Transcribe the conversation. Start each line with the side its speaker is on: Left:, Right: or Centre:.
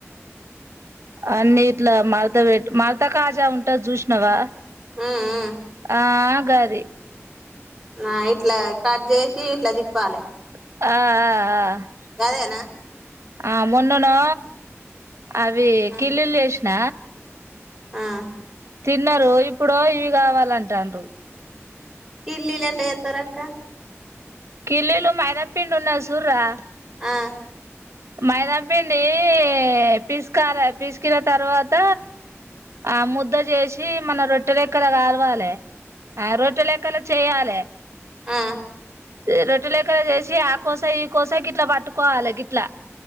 Right: అన్ని ఇట్ల మడత పెట్టి మడత కాజా ఉంటది చూసినావా
Centre: ఉమ్ ఉమ్
Right: ఆ ఉగాది
Centre: నా ఇట్లా కట్ జేసి ఇట్లా తిప్పాలే
Right: ఆ ఆ ఆ
Centre: గదేనా
Right: ఆ మొన్ననో అవి
Centre: ఆ
Right: కిల్లిల్లు జేసిన
Centre: ఆ
Right: తిన్నరు ఇప్పుడు ఇవి కావాలంటుండ్రు
Centre: కిల్లీలెట్ల జేత్తరక్క
Right: కిల్లీలు మైదాపిండున్నది సూర్రా
Centre: ఆ
Right: మైద పిండి పిసకాలె పిసికిన తర్వాత ఆ ముద్ద జేషి ఇ మన రొట్టె లెక్కల కాలవాలె ఆ రొట్టెలె క్కాల చేయాలే
Centre: ఆ
Right: రొట్టిలెక్కనే జేసి ఆ కోస ఈ కోసా గిట్ల పట్టుకోవాలె గిట్ ఇట్లా